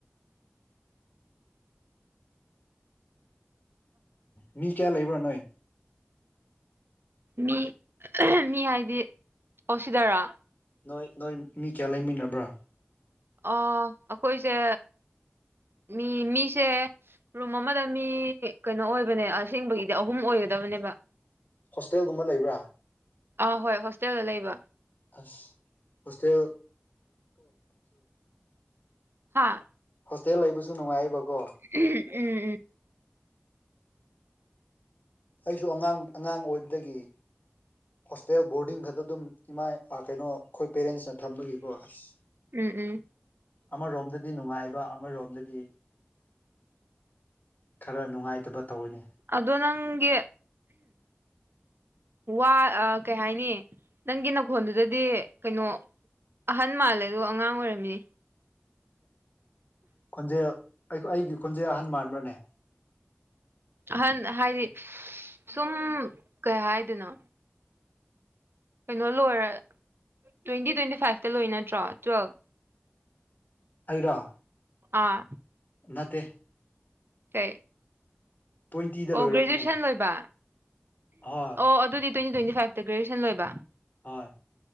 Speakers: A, on the left; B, on the right.
A: ꯃꯤ ꯀꯌꯥ ꯂꯩꯕ꯭ꯔꯥ ꯅꯣꯏ
B: ꯃꯤ ꯃꯤ ꯍꯥꯏꯗꯤ ꯑꯣꯁꯤꯗꯔꯥ
A: ꯅꯣꯏ ꯅꯣꯏ ꯃꯤ ꯀꯌꯥ ꯂꯩꯃꯤꯟꯅꯕ꯭ꯔꯥ
B: ꯑꯣ ꯑꯩꯈꯣꯏꯁꯦ ꯃꯤ ꯃꯤꯁꯦ ꯔꯨꯝ ꯑꯃꯗ ꯃꯤ ꯀꯩꯅꯣ ꯑꯣꯏꯕꯅꯦ ꯑꯁ ꯑꯁꯦꯡꯕꯒꯤꯗꯤ ꯑꯍꯨꯝ ꯑꯣꯏꯒꯗꯕꯅꯦꯕ
A: ꯍꯣꯁꯇꯦꯜꯒꯨꯝꯕ ꯂꯩꯕ꯭ꯔꯥ
B: ꯑꯥ ꯍꯣꯏ ꯍꯣꯁꯇꯦꯜꯗ ꯂꯩꯕ
A: ꯑꯁ ꯍꯣꯁꯇꯦꯜ
B: ꯍꯥꯥ
A: ꯍꯣꯁꯇꯦꯜ ꯂꯩꯕꯁꯨ ꯅꯨꯡꯉꯥꯏꯕꯀꯣ
B: ꯎꯝ ꯎꯝ
A: ꯑꯩꯁꯨ ꯑꯉꯥꯡ ꯑꯉꯥꯡ ꯑꯣꯏꯕꯗꯒꯤ ꯍꯣꯁꯇꯦꯜ ꯕꯣꯔꯗꯤꯡ ꯈꯛꯇ ꯑꯗꯨꯝ ꯏꯃꯥꯏ ꯀꯩꯅꯣ ꯑꯩꯈꯣꯏ ꯄꯦꯔꯦꯟꯁ ꯅ ꯊꯝꯕꯒꯤꯀꯣ ꯑꯁ
B: ꯎꯝ ꯎꯝ
A: ꯑꯃꯔꯣꯝꯗꯗꯤ ꯅꯨꯡꯉꯥꯏꯕ ꯑꯃꯔꯣꯝꯗꯗꯤ ꯈꯔ ꯅꯨꯡꯉꯥꯏꯇꯕ ꯇꯧꯋ‌ꯦꯅꯦ
B: ꯑꯗ‌ꯣ ꯅꯪꯒꯤ ꯋꯥ ꯀꯩ ꯍꯥꯏꯅꯤ ꯅꯪꯒꯤ ꯅꯥꯈꯣꯟꯜꯗꯨꯗꯗꯤ ꯀꯩꯅꯣ ꯑꯍꯟ ꯃꯥꯜꯂꯦ ꯑꯗꯨꯒ ꯑꯉꯥꯡ ꯑꯣꯏꯔꯝꯃꯤ
A: ꯈꯣꯟꯖꯦꯜ ꯑꯩꯒꯤ ꯈꯣꯟꯖꯦꯜ ꯑꯍꯟ ꯃꯥꯟꯕ꯭ꯔꯅꯦ
B: ꯑꯍꯟ ꯍꯥꯏꯗꯤ ꯁꯨꯝ ꯀꯩ ꯍꯥꯏꯗꯅꯣ ꯀꯩꯅꯣ ꯂꯣꯏꯔ ꯇ꯭ꯋꯦꯟꯇꯤ ꯇ꯭ꯋꯦꯟꯇꯤ ꯐꯥꯏꯚꯇ ꯂꯣꯏ ꯅꯠꯇ꯭ꯔꯣ ꯇꯨꯌꯦꯜꯞ
A: ꯑꯩꯔꯥ
B: ꯍ‌ꯣꯏ
A: ꯅꯠꯇꯦ
B: ꯀꯩ
A: ꯇ꯭ꯋꯦꯟꯇꯤꯗ
B: ꯑꯣ
A: ꯂꯣꯏꯔꯝꯕꯅꯦ
B: ꯒ꯭ꯔꯦꯖꯨꯑꯌꯦꯁꯟ ꯂꯣꯏꯕ
A: ꯍꯣꯏ
B: ꯑꯣ ꯑꯗꯨꯗꯤ ꯇ꯭ꯋꯦꯟꯇꯤ ꯇ꯭ꯋꯦꯟꯇꯤ ꯐꯥꯏꯚꯇꯥ ꯒ꯭ꯔꯦꯖꯨꯋꯌꯦꯁꯟ ꯂꯣꯏꯕ
A: ꯍꯣꯏ